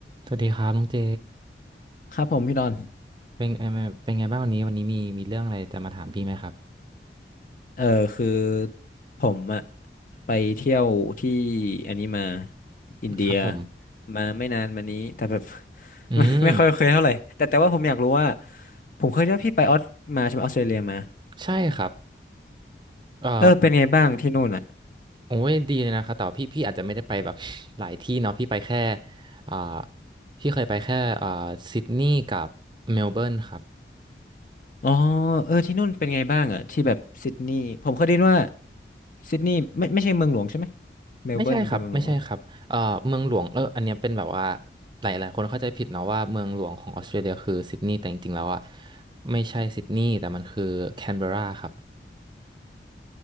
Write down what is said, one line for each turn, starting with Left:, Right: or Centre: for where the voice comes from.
Right: สวัสดีครับน้องเจ
Left: ครับผมพี่ดอน
Right: เป็นเอ่อเป็นไงบ้างวันนี้วันนี้มีมีเรื่องอะไรจะมาถามพี่ไหมครับ
Left: เออคือผมอะไปเที่ยวที่อันนี้มาอินเดีย
Right: ครับผม
Left: มาไม่นานมานี้แต่แบบ <laughs>
Right: อืม
Left: ไม่ไม่ค่อยเคยเท่าไหร่แต่แต่ว่าผมอยากรู้ว่าผมเคยได้พี่ไปออสมาใช่ไหมออสเตรเลียมา
Right: ใช่ครับเอ่อ
Left: เออเป็นไงบ้างที่นู่นอ่ะ
Right: โอ้ยดีเลยนะครับแต่ว่าพี่พี่อาจจะไม่ได้ไปแบบ <laughs> หลายที่เนาะพี่ไปแค่อ่าพี่เคยไปแค่อ่าซิดนีย์กับเมลเบิร์นครับ
Left: อ๋อเออที่นู่นเป็นไงบ้างอ่ะที่แบบซิดนีย์ผมเคยได้ยินว่าซิดนีย์ไม่ไม่ใช่เมืองหลวงใช่ไหมเมลเบิร์นเป็นเมืองหลวงหรือเปล่า
Right: ไม่ใช่ครับไม่ใช่ครับเอ่อเมืองหลวงเอออันเนี้ยเป็นแบบว่าหลายหลายคนเข้าใจผิดเนาะว่าเมืองหลวงของออสเตรเลียคือซิดนีย์แต่จริงๆแล้วอ่ะไม่ใช่ซิดนีย์แต่มันคือแคนเบอร์ราครับ